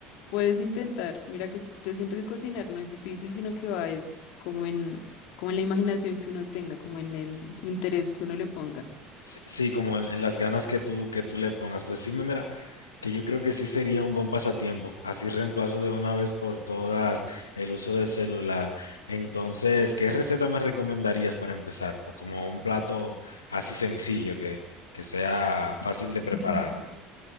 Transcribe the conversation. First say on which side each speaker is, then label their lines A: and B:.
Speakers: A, on the left; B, on the left.
A: puedes intentar. Mira que yo siento que cocinar no es difícil, sino que va es como en, como en la imaginación que uno tenga, como en el interés que uno le ponga.
B: Sí, sí, como en, en las ganas que tú, que tú le pongas. Pues sí, me mira, que yo creo que sí sería un buen pasatiempo. Así reemplazo de una vez por todas el uso del celular. Entonces, ¿qué receta me recomendarías para empezar? Pues como un plato así sencillo que, que sea fácil de preparar.
A: <laughs>